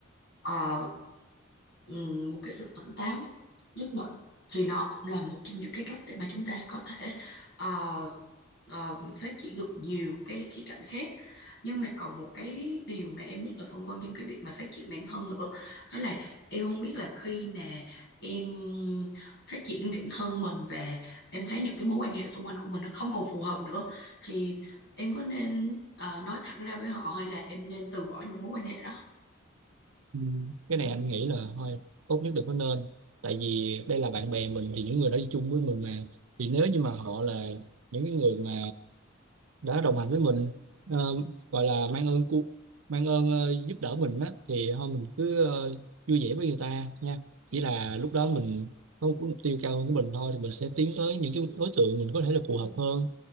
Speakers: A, on the left; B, on the right.
A: ờ, ừm, một cái sự tỉnh táo nhất, nhất định thì nó cũng là một trong những cái cách để mà chúng ta có thể ờ, ờ, phát triển được nhiều cái khía cạnh khác nhưng mà còn một cái điều mà em rất là phân vân trong cái việc mà phát triển bản thân nữa đó là em không biết là khi mà em phát triển bản thân mình và em thấy những cái mối quan hệ xung quanh của mình nó không còn phù hợp nữa thì em có nên ờ, nói thẳng ra với họ hay là em nên từ bỏ những mối quan hệ đó
B: ừ. cái này anh nghĩ là thôi tốt nhất đừng có nên tại vì đây là bạn bè mình thì những người đó đi chung với mình mà thì nếu như mà họ là những cái người mà đã đồng hành với mình ờ, gọi là mang ơn cu mang ơn ờ, giúp đỡ mình á thì thôi mình cứ ờ, vui vẻ với người ta nha chỉ là lúc đó mình có một cái mục tiêu cao hơn của mình thôi thì mình sẽ tiến tới những cái đối tượng mình có thể là phù hợp hơn